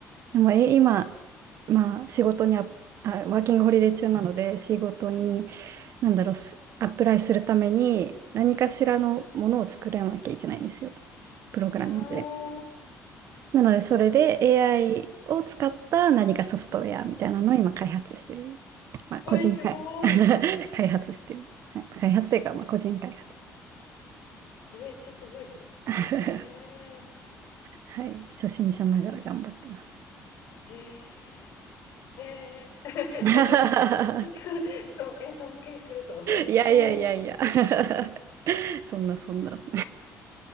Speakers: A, on the right; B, on the left.
A: でも、え、今、まあ、仕事にあ、あ、ワーキングホリデー中なので、仕事に、
B: うんうんうん。
A: なんだろう、すアップライするために、何かしらのものを作らなきゃいけないんですよ。プログラミングで。
B: ああ、
A: なので、
B: そっか、
A: それで
B: ポート。
A: AI を使った何かソフトウェアみたいなのを今開発してる。まあ、
B: おい、
A: 個人開、
B: すごい。
A: <laughs> 開発してる。はい、開発というか、まあ、個人開発。
B: えめっちゃすごいですね。
A: <laughs>
B: へえ。
A: はい、初心者ながら頑張ってます。
B: あーへえ。へえ。<laughs>
A: <laughs>
B: なんか、<laughs> そう、え、尊敬すると思って、今すごい。
A: いやいやいやいや <laughs> そんなそんな。
B: <laughs> へえ